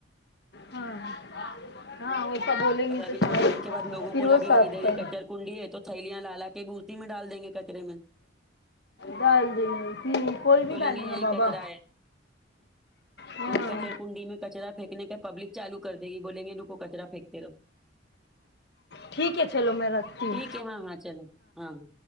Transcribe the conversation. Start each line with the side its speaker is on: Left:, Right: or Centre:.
Left: ہاں ہاں ویسا بولیں
Centre: اور
Left: گے
Centre: ابھی
Left: تو شاید
Centre: تھوڑے دن کے بعد لوگوں
Left: پھر
Centre: کو لگے
Left: وہ صاف
Centre: گا ادھر
Left: کر
Centre: ہی کچر کنڈی ہے تو تھیلیاں لالا کے بوتی میں ڈال دیں گے کچرے میں
Left: ڈال دے کوئی بھی
Centre: بولیں
Left: ڈالنی
Centre: گے یہیں
Left: گا بابا
Centre: کچرا ہے
Left: ہاں
Centre: تو وہ کچر کنڈی میں کچرا پھینکنے کے پبلک چالو کر دے گی بولیں گے روکو کچرا پنیکتے رہو
Left: ٹھیک ہے چلو میں رکھتی ہوں
Centre: ٹھیک ہے ہاں ہاں چلو ہاں ہاں